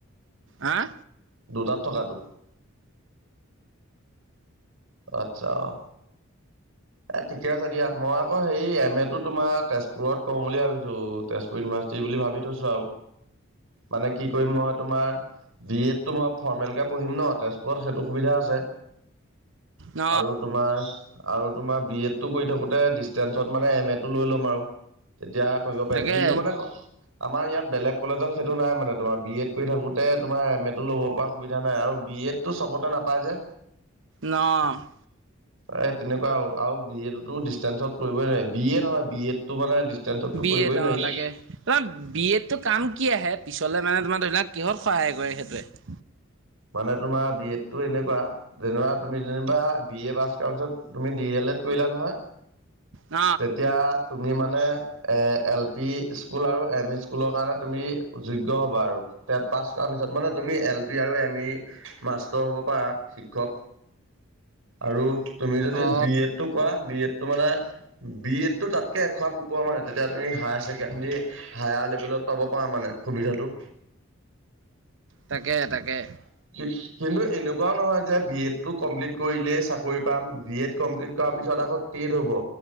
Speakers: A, on the right (about 65°); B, on the right (about 80°).
A: হাঁ?
B: দুটাত থকাটো? আচ্ছা অ'। এ, ঠিকে আছে দিয়া, মই আকৌ হেৰি এম এটো তোমাৰ তেজপুৰত কৰোঁ বুলি ভাবিছোঁ, তেজপুৰ ইউনিভাৰ্চিটি বুলি ভাবি থৈছোঁ আৰু। মানে কি কৰিম মই তোমাৰ বি এডটো মই ফৰ্মেলকে পঢ়িম ন', তেজপুৰত সেইটো সুবিধা আছে।
A: ন
B: আৰু তোমাৰ আৰু তোমাৰ বি এডটো কৰি থাকোতে ডিচেটেঞ্চত মানে এম এটো লৈ ল'ম আৰু। তেতিয়া কৰিব পাৰিম
A: তাকে
B: কিন্তু মানে আমাৰ ইয়াত বেলেগ কলেজত সেইটো নাই, মানে তোমাৰ বি এড কৰি থাকোঁতে তোমাৰ এম এটো ল'ব পৰা সুবিধা নাই আৰু বি এড টো চবতে নাপায় যে।
A: ন'?
B: এই তেনেকুৱা আৰু বি এডটোতো ডিচষ্টেঞ্চত কৰিবই নোৱাৰি। বি এ নহয় বি এড। টো মানে ডিচষ্টেঞ্চততো
A: বি
B: কৰিবই
A: এড অ
B: নোৱাৰি।
A: তাকে তোমাৰ বি এডটো কাম কি আহে পিছলৈ মানে তোমাৰ ধৰি লোৱা কিহত সহায় কৰে সেইটোৱে?
B: মানে তোমাৰ বি এডতো এনেকুৱা যেনিবা তুমি যেনিবা বি এ পাছ কৰা পিছত তুমি ডি এল এড কৰিলা নহয়
A: ন
B: তেতিয়া তুমি মানে এ, এল পি স্কুল আৰু এম ই স্কুলৰ কাৰণে তুমি যোগ্য হ'বা আৰু টেট্ পাছ কৰাৰ পিছত মানে তুমি এল পি আৰু এম আমি মাষ্টৰ হ'ব পাৰা শিক্ষক আৰু তুমি যদি
A: অ
B: বি এডটো কোৱা বি এডটো মানে বি এডতো তাতকে একশাপ ওপৰ মানে তেতিয়া তুমি হায়াৰ ছেকেণ্ডাৰী হায়াৰ লেভেলত পাব পাৰ মানে সুবিধাটো।
A: তাকে তাকে।
B: <inaudible> কিন্তু এনেকুৱাও নহয় যে বি এডটো কমপ্লিট কৰিলেই চাকৰি পাম। বি এড কমপ্লিট কৰাৰ পিছত আকৌ টেট হ'ব।